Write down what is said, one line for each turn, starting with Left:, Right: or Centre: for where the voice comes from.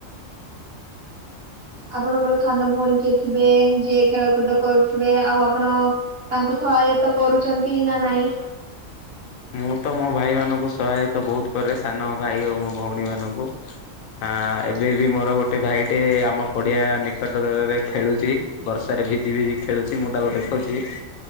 Left: ଫାଙ୍କା ଅଡ଼ିଓ
Right: ଆପଣଙ୍କର ସାନ ଭଉଣୀ କିଏ ଥିବେ ଯିଏ ଖେଳକୁଦ କରୁଥିବେ ଆଉ ଆପଣ ତାଙ୍କୁ ସହାୟତ କରୁଚନ୍ତି ନା ନାଇଁ।
Left: ମୁଁ ତ ମୋ ଭାଇମାନଙ୍କୁ ସହାୟତ ବହୁତ କରେ ସାନ ଭାଇ ଓ ମୋ ଭଉଣୀ ମାନଙ୍କୁ। ଆଁ ଏବେ ବି ମୋର ଗୋଟେ ଭାଇ ଟେ ଆମ ପଡିଆ ନିକଟରରେ ଖେଳୁଚି। ବର୍ଷାରେ ଭିଜି ଭିଜି ଖେଳୁଚି ମୁଁ ତାକୁ ଦେଖୁଚି।